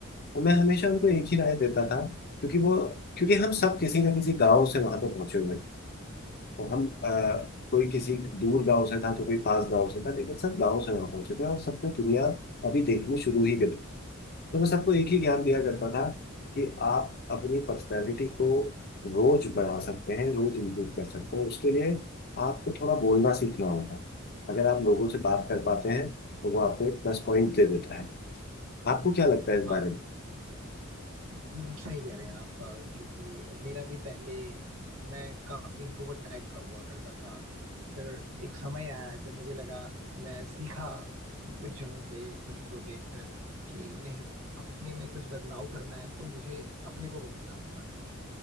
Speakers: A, on the left; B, on the right.
A: और मैं हमेशा उनको एक ही राय देता था क्योंकि वो क्योंकि हम सब किसी ना किसी गांव से वहां पर पहुंचे हुए थे और हम अ, कोई किसी दूर गांव से था तो कोई पास गांव से था लेकिन सब गांव से वहां पहुंचे थे और सबने दुनिया अभी देखनी शुरू ही कर तो वो सबको एक ही ज्ञान दिया करता था कि आप अपनी पर्सनैलिटी को रोज बढ़ा सकते हैं रोज इम्प्रूव कर सकते हैं उसके लिए आपको थोड़ा बोलना सीखना होगा अगर आप लोगों से बात कर पाते हैं तो वो आपको एक प्लस पॉइंट दे देता है आपको क्या लगता है इस
B: हाँ
A: बारे में
B: हम्म, सही कह रहे हैं आप अ, क्योंकि मेरा भी पहले मैं काफी इंट्रोवर्ट टाइप का हुआ करता था फिर एक समय आया जब मुझे लगा मैं सीखा कुछ जनों से कुछ को देखकर कि नहीं अपने में कुछ बदलाव करना है तो मुझे अपने को बदलना होगा